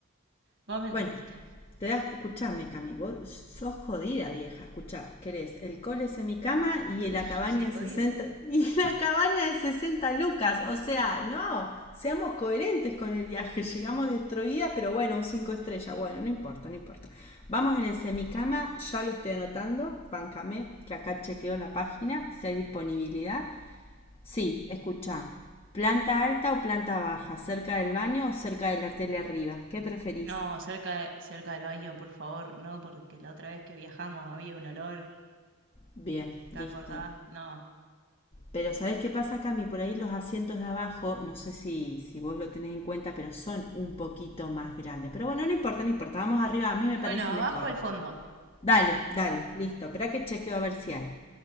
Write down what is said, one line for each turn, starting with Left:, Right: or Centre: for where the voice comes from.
Right: vos me entendiste.
Left: Bueno, te das, escuchame, Cami, vos sos jodida, vieja. Escuchá, querés el cole es en y la cabaña
Right: Yo soy
Left: de
Right: jodida.
Left: 60, y la cabaña de 60 lucas. O sea, no, seamos coherentes con el viaje. Llegamos destruidas, pero bueno, un 5 estrellas. Bueno, no importa, no importa. Vamos en el semicama, ya lo estoy anotando. Bancame, que acá chequeo la página, si hay disponibilidad. Sí, escuchá. Planta alta o planta baja, cerca del baño o cerca de la tele arriba. ¿Qué preferís?
Right: No, cerca de- cerca del baño, por favor, no, porque la otra vez que viajamos había un olor,
Left: Bien, listo.
Right: ¿te acordás? No.
Left: Pero ¿sabés qué pasa, Cami? Por ahí los asientos de abajo, no sé si, si vos lo tenés en cuenta, pero son un poquito más grandes. Pero bueno, no importa, no importa. Vamos arriba, a mí me
Right: Bueno,
Left: parece
Right: abajo
Left: mejor.
Right: al fondo.
Left: Dale, dale, listo. Espera que chequeo a ver si hay.